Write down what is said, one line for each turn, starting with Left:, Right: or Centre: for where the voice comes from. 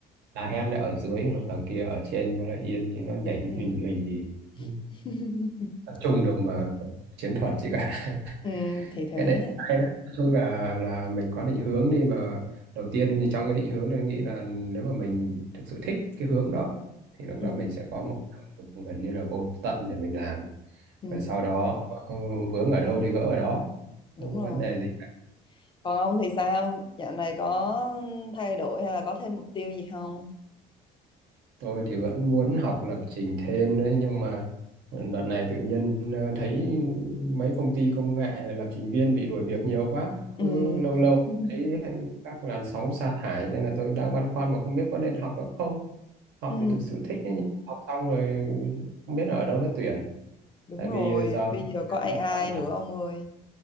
Right: la hét này ở dưới, còn tầng kia ở trên cho nó yên chứ nó nhảy
Left: ừm.
Right: hình hình gì. Ừ.
Left: <laughs>
Right: Tập trung được mà chiến thuật gì cả.
Left: Ừ, thì thế.
Right: cái đấy hay đấy nói chung là là mình có định hướng đi mà đầu tiên thì trong cái định hướng tôi nghĩ là nếu mà mình thực sự thích cái hướng đó thì lúc
Left: Ừ,
Right: đó mình sẽ có một động lực gần như là vô tận để mình làm
Left: ừ,
Right: và sau đó ừ, vướng ở đâu thì gỡ ở đó
Left: đúng
Right: không có
Left: rồi.
Right: vấn đề gì
Left: Còn ông thì sao? Dạo này có thay đổi hay là có thêm mục tiêu gì không?
Right: Tôi thì vẫn muốn học lập trình thêm đấy nhưng mà ừ, đợt này tự nhiên ờ, thấy mấy công ty công nghệ lập trình viên bị đuổi việc nhiều quá. Cứ
Left: Ừ.
Right: lâu lâu
Left: <laughs>
Right: thấy các làn sóng sa thải nên là tôi đang băn khoăn mà không biết có nên học nữa không. Học
Left: Ừ,
Right: thì thực sự thích ấy, nhưng học xong rồi không biết ở đâu nó tuyển.
Left: đúng
Right: Tại
Left: rồi.
Right: vì giờ
Left: Bây giờ có AI
Right: nó toàn
Left: nữa ông ơi.